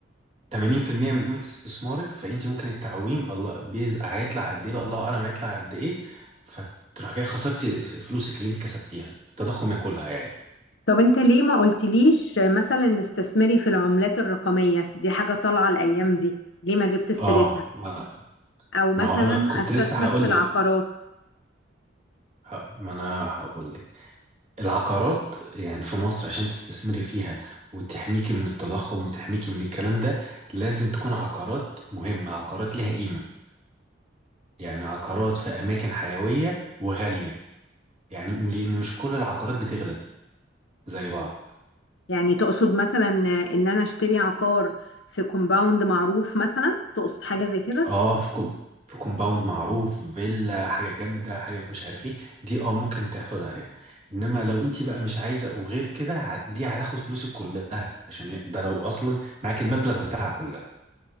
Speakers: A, on the right; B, on the left.
A: 80% من قيمة استثمارك فانت ممكن التعويم الله بيز- هيطلع قد ايه بقى الله اعلم هيطلع قد ايه فتروح جاي خسرتي فلوسك اللي انت كسبتيها التضخم ياكلها يعني
B: طب انت ليه ما قلتليش مثلا استثمري في العملات الرقمية دي حاجة طالعة الايام دي ليه ما جبت سيرتها
A: اه ما,
B: او مثلا
A: ما هو انا كنت
B: استثمر
A: لسه هقول
B: في العقارات
A: لك ه- ما انا هقول لك العقارات يعني في مصر عشان تستثمري فيها وتحميكي من التضخم وتحميكي من الكلام ده لازم تكون عقارات مهمة عقارات لها قيمة يعني عقارات في اماكن حيوية وغالية يعني لان مش كل العقارات بتغلى زي بعض
B: يعني تقصد مثلا ان انا اشتري عقار في كومباوند معروف مثلا تقصد حاجة زي كده
A: اه في كوم في كومباوند معروف فيلا حاجه جامده حاجه مش عارف ايه دي اه ممكن تحفظ عليها انما لو انت بقى مش عايزه وغير كده ه- دي هتاخد فلوسك كلها عشان ي- ده لو اصلا معاك المبلغ بتاعها كلها